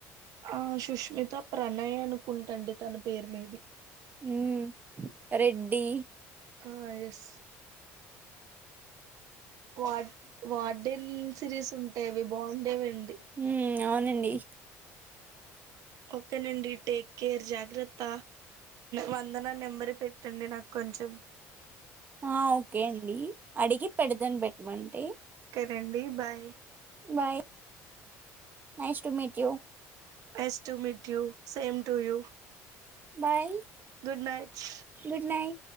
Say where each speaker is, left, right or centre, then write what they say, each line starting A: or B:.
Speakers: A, on the right; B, on the right.
A: ఆ సుష్మిత, ప్రణయ్ అనుకుంటాండి తన పేరు మేబి
B: ఊ రెడ్డి
A: ఆ ఎస్ వా వాడిల్ సిరీస్ ఉంటాయివి బాగుండేవి అండి
B: మ్మ్ అవునండి
A: ఓకేనండి టేక్ కేర్ జాగ్రత్త వందనా నెంబర్ పెట్టండి నాకు కొంచం
B: ఆ ఓకే అండి అడిగి పెడదని పెట్టమంటే
A: ఒకే అండి bye
B: bye nice to meet you
A: nice to meet you same to you
B: bye
A: good night
B: good night